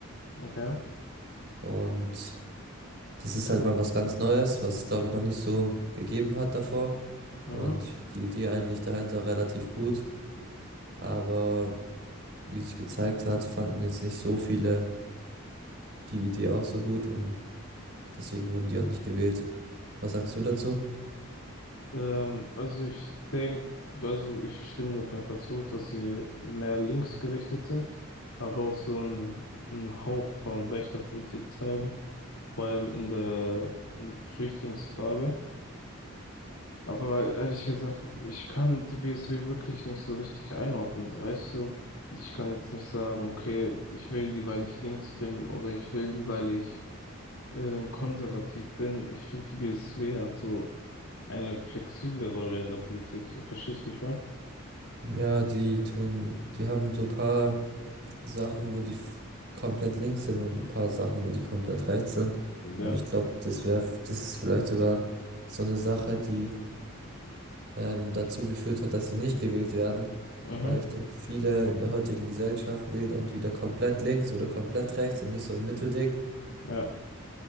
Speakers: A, on the left; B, on the right.
A: Okay.
B: Und das ist halt mal was ganz Neues, was, glaube ich, noch nicht so gegeben hat davor.
A: Mhm.
B: Und ich find die Idee eigentlich dahinter relativ gut. Aber wie sich gezeigt hat, fanden jetzt nicht so viele die Idee auch so gut und deswegen wurden die auch nicht gewählt. Was sagst du dazu?
A: Ähm, also ich denke, also ich stimme dir auf jeden Fall zu, dass sie mehr linksgerichtet sind, aber auch so einen, einen Hauch von rechter Politik zeigen, vor allem in der hm, Flüchtlingsfrage. Aber ehrlich gesagt, ich kann die BSW wirklich nicht so richtig einordnen, so, weißt du? Ich kann jetzt nicht sagen, okay, ich wähle die, weil ich links bin oder ich wähle die, weil ich ähm, konservativ bin. Ich finde, die BSW hat so eine flexible Rolle in der Politik. So, verstehst du, wie ich meine?
B: Ja, die tun, die haben so paar Sachen, wo die f- komplett links sind und ein paar Sachen, wo die komplett rechts sind.
A: Ja.
B: Und ich glaube, das wäre, das ist vielleicht sogar so eine Sache, die ähm, dazu geführt hat, dass sie nicht gewählt werden.
A: Mhm.
B: Weil ich denke, viele in der heutigen Gesellschaft wählen entweder komplett links oder komplett rechts und nicht so ein Mittelding.
A: Ja.